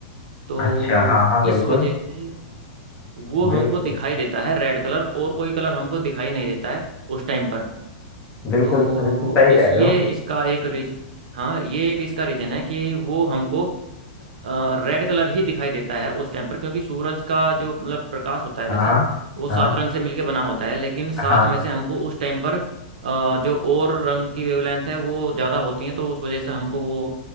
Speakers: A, on the right; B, on the left.
A: तो
B: अच्छा हाँ हाँ बिल्कुल
A: इस वजह से वो हमको
B: बिल्कुल
A: दिखाई देता है रेड कलर और कोई कलर हमको दिखाई नहीं देता है उस टाइम पर
B: बिल्कुल
A: तो
B: बिल्कुल सही
A: इस
B: कह रहे
A: ये
B: हो
A: इसका एक रीज हाँ ये एक इसका रीजन है कि वो हमको रेड कलर ही दिखाई देता है उस टाइम पर क्योंकि सूरज का जो मतलब प्रकाश होता है
B: हाँ
A: वैसे वो सात
B: हाँ
A: रंग से मिलके बना होता है लेकिन सात
B: हाँ
A: में से हमको उस टाइम पर अ, जो और रंग की वेवलेंथ है वो ज़्यादा होती है तो उस वजह से हमको वो